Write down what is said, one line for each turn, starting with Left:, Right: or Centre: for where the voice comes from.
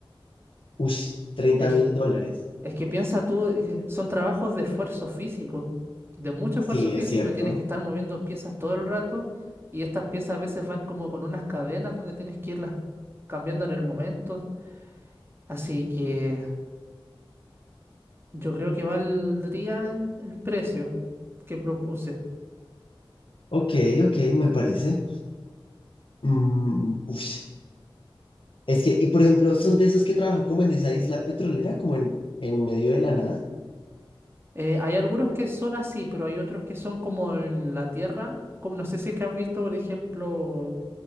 Left: Uy, treinta
Right: Es,
Left: mil dólares.
Right: es que piensa tú, eh, son trabajos de esfuerzo físico, de mucho
Left: Sí,
Right: esfuerzo físico
Left: es cierto.
Right: y tienes que estar moviendo piezas todo el rato y estas piezas a veces van como con unas cadenas donde tienes que irlas cambiando en el momento. Así que Yo creo que valdría el, el precio que propuse.
Left: Ok, ok, me parece. Mm, uy, es que, y por ejemplo, ¿son de esos que trabajan como en esa isla petrolera, como en, en medio de la nada?
Right: Eh, hay algunos que son así, pero hay otros que son como en la tierra. Como, no sé si es que has visto, por ejemplo,